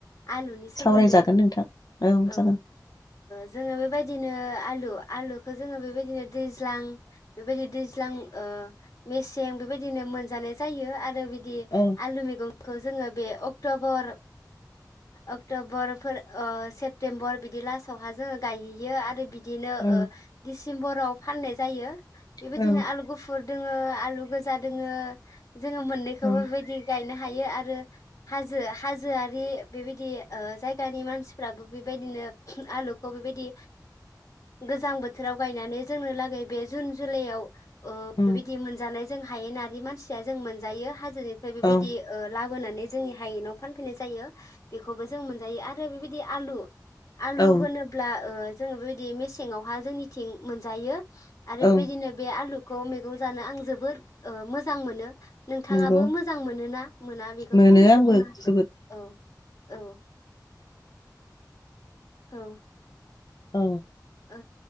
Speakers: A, on the left; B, on the left.
A: आलुनि सोमोन्दै
B: सावरायजागोन नोंथां
A: औ
B: जागोन
A: जोङो बेबायदिनो आलु आु आलुखौ जोङो बेबायदिनो दैज्लां बेबायदि दैज्लां मेसें बेबायदिनो मोनजानाय जायो आरो बि
B: औ
A: आु मै ज बे अक्टबर अक्ट'बरफोर सेप्तेम्बर बिदि लास्टावहा जोङो गायहैयो आरो बि बिदिनो
B: औ
A: सिम्बर'फ फाननाय जायो बेबायदिनो
B: औ
A: आलु गुफुर दङो आलु गोजा दोङ जोङो मोननैखौबो
B: औ
A: बेबायदि गायनो हायो ह हाजआ बेबायदि जाय मानसिफ्राबो बेबायदिनो आलुखौ बेबायदि गोजां बोथोराव गनानै जोंनोै बे जुन जुलाइ
B: उम
A: बिदि मोनानाय जों हायो मानसिया जों मोन बेबायदि
B: औ
A: बोनानै जोंनि हायेनेनाव फानफैनाय जायो बेखौबो जों मोनजायो आरो बेबायदि आलु आलु
B: औ
A: होनोब्ला ओ जोङो बेबायदि मेसेंङावहा जोंनिथिं जायो आरो
B: औ
A: बेदिनो बे आलु खौ मैगं जानो आं जोबोद मोजां ओ मोनो नोंथाङाबो
B: नंगौ
A: मोजां मोन ना मोना बेखौ
B: मोनो
A: फंनैसो
B: आंबो
A: बुंनो हागोन
B: जोबोद
A: औ औ औ
B: औ
A: आ